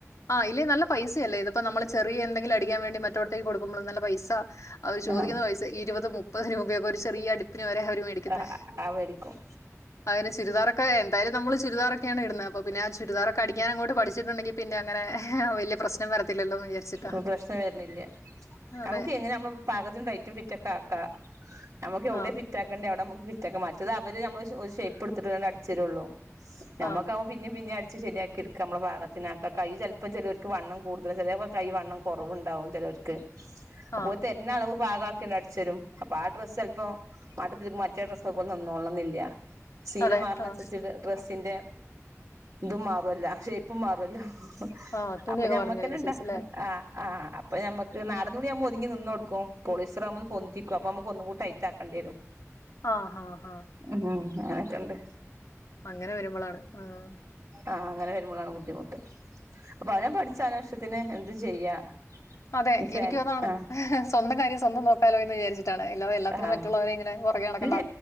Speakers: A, on the left; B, on the right.
A: ആ ഇല്ലേ നല്ല പൈസയല്ലേ? ഇതിപ്പ നമ്മള് ചെറിയ എന്തെങ്കിലും അടിക്കാൻ വേണ്ടി മറ്റോടത്തേക്ക് കൊടുക്കുമ്പളും നല്ല പൈസ അവര് ചോദിക്കുന്ന
B: ആഹ്
A: പൈസ ഇരുപതും മുപ്പത് രൂപയൊക്കെ ഒര് ചെറീയ അടിപ്പിന് വരെ അവര് മേടിക്കുന്നേ.
B: ആ ആ മേടിക്കും
A: ആ പിന്നെ ചുരിദാറൊക്ക എന്തായാലും നമ്മള് ചുരിദാറക്കെയാണ് ഇടുന്നത്. അപ്പൊ പിന്നേ ആ ചുരിദാറ് ക്കടിക്കാനങ്ങോട്ട് പഠിച്ചിട്ടുണ്ടെങ്കി പിന്നെ അങ്ങനെ വല്ല്യ പ്രശ്നം വരത്തില്ലല്ലോന്ന് വിചാരിച്ചിട്ടാ.
B: പ്പൊ പ്രശ്നം വര്ന്നില്ല. യാ,
A: അതെ.
B: ഞമ്മക്കെങ്ങനെ ഞമ്മളെ പാകത്തിനു ടൈറ്റും ഫിറ്റൊക്കെ ആക്ക. ഞമ്മക്ക് എവ്ടെ
A: ആഹ്.
B: ഫിറ്റ് ആക്കണ്ടേ അവടെ മ്മക്ക് ഫിറ്റാക്കാം. മറ്റത് അവര് ഞമ്മളൊരു ഒരു ഷേപ്പ്ടുത്തിട്ട് ഓല് അടിച്ചരൊള്ളൂ. ഞമ്മക്ക്
A: ആഹ്.
B: പിന്നീം പിന്നീം അടിച്ച് ശരിയാക്കിട്ക്ക മ്മളെ ഭാഗ പിന്നാക്ക. കയ്യ് ചെൽപ്പം ചെലോര്ക്ക് വണ്ണം കൂടുതല് ചെലേപ്പൊ കൈ വണ്ണം കൊറവൂണ്ടാവും ചെലോര്ക്ക്.
A: ആഹ്.
B: ഓല് തര്ണളവ് പാകാക്കിങ്ങ്ട് അട്ച്ചരും. അപ്പൊ ആ ഡ്രസ്സെൽപ്പൊ മട്ടത്തിൽക്ക് മറ്റേ ഡ്രസ്സൊക്കെ നിന്നോളന്നില്ല. ശീല
A: അതെ.
B: മാർണസരിച്ചിട്ട്
A: ആഹ്.
B: ഡ്രസ്സിന്റെ ഇതും മാറോല്ലോ ഷേപ്പും മാറുംല്ലോ?
A: ആഹ്. തുണിയൊക്കെ
B: അപ്പൊ ഞമ്മക്കനെണ്ട്
A: മാറുന്നതിനനുസരിച്ചല്ലേ?
B: ആഹ് ആഹ്. അപ്പൊ ഞമ്മക്ക് നാടംതുണിയാമ്പോ ഒതുങ്ങി നിന്നൊട്ക്കും. പോളിസ്റ്ററാകുമ്പോന്ന് പൊന്തിക്കും. അപ്പൊ മ്മക്ക് ഒന്നുംകൂടി ടൈറ്റാക്കെണ്ടേരും.
A: ആഹ് ആഹ് ആഹ്.
B: ഉം അങ്ങനെക്കെണ്ട്.
A: അങ്ങനെ വരുമ്പളാണ് ആഹ്.
B: ആഹ് അങ്ങനെ വരുമ്പളാണ് ബുദ്ധിമുട്ട്. അപ്പൊ അവനാൻ പഠിച്ച അവനാഷ്ടത്തിന് എന്തും ചെയ്യാ.
A: അതെ
B: ഈ ഫാൻ
A: എനിക്കും അതാണ്.
B: ആ
A: സ്വന്തം കാര്യം സ്വന്തം നോക്കാലോ എന്ന് വിചാരിച്ചിട്ടാണ്. ഇല്ലാതെ എല്ലാത്തിനും
B: ആ
A: മറ്റുള്ളവരെങ്ങനെ പൊറകെ നടക്കണം.
B: ഇല്ല